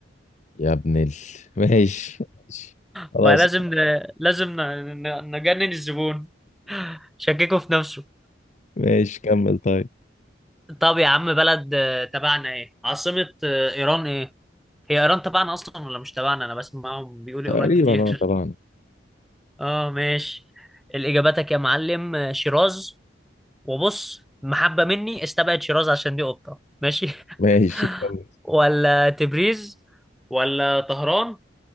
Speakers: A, on the left; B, in the centre.
A: يا ابن ال <laughs> ماشي ماشي خلاص
B: ما لازم ن... لازم ن... ن- نجنن الزبون شككه في نفسه
A: ماشي كمل طيب
B: طب يا عم بلد آه، تبعنا ايه عاصمة آه، إيران ايه هي إيران تبعنا أصلا ولا مش تبعنا أنا بسمعهم بيقولوا
A: تقريبا
B: إيران كتير
A: اه طبعا
B: <laughs> اه ماشي الإجاباتك يا معلم آه، شيراز وبص محبة مني استبعد شيراز عشان دي قطة ماشي <laughs>
A: ماشي كمل
B: ولا تبريز ولا طهران